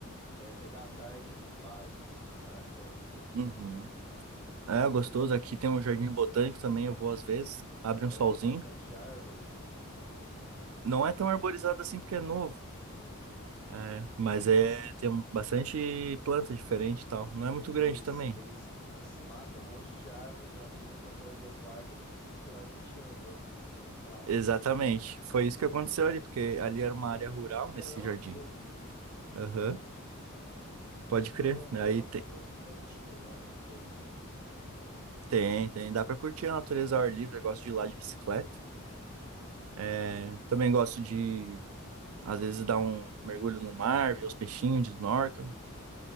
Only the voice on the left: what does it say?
é, pegar a tarde no parque, assim, sabe? Pô, é muito gostoso,
cara.
Aí
tem bastante árvore.
Aham.
Eles,
eles desmatam um monte de árvore nativa pra fazer o parque e depois tem que esperar 20 anos pra elas crescerem, né? Clássico.
É,
Aqui
é a mesma
coisa.
Aqui é a mesma coisa.
Mas pelo menos
tem umas,
tem umas plantinhas lá, né? Umas florzinhas. Pra dar um-